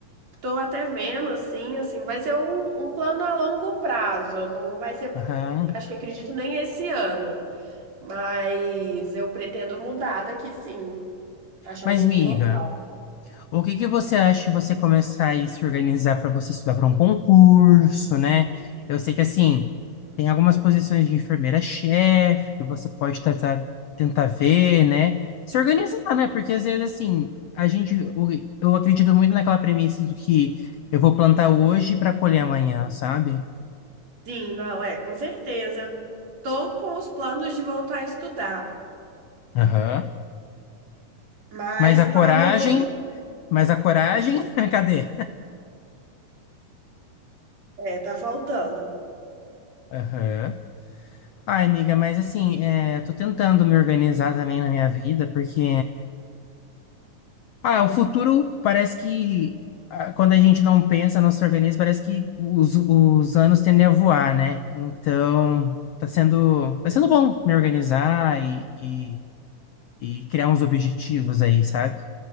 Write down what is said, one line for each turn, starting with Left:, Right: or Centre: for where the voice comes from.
Right: tô até vendo, assim, assim, vai ser um, um plano a longo prazo. Não vai ser,
Left: Aham.
Right: acho que acredito nem esse ano. Mas eu pretendo mudar daqui, sim. Achar
Left: Mas,
Right: um novo
Left: miga,
Right: local.
Left: o que que você acha de você começar a se organizar para você estudar para um concurso, né? Eu sei que, assim, tem algumas posições de enfermeira-chefe que você pode tentar, tentar ver, né? Se organizar, né? Porque, às vezes, assim, a gente... o- Eu acredito muito naquela premissa do que eu vou plantar hoje para colher amanhã, sabe?
Right: Sim, não, é, com certeza. Eu tô com os planos de voltar a estudar,
Left: Aham.
Right: mas
Left: Mas a coragem...
Right: tá meio complicado.
Left: Mas a coragem... <laughs> Cadê?
Right: É, tá faltando.
Left: Aham. Ai, amiga, mas assim, é, tô tentando me organizar também na minha vida, porque ah, o futuro parece que ah, quando a gente não pensa, não se organiza, parece que os, os anos tendem a voar, né? Então, tá sendo, tá sendo bom me organizar e, e, e criar uns objetivos aí, sabe?